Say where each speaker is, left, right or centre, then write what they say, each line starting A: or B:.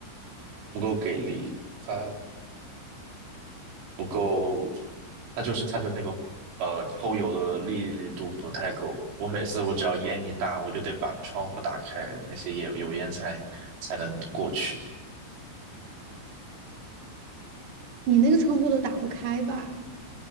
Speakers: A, on the right; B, on the right.
A: 不够给力，它不够，它就是它的那个呃抽油的力度不太够。我每次我只要烟一大，我就得把窗户打开，那些油油烟才才能过去。
B: 你那个窗户都打不开吧？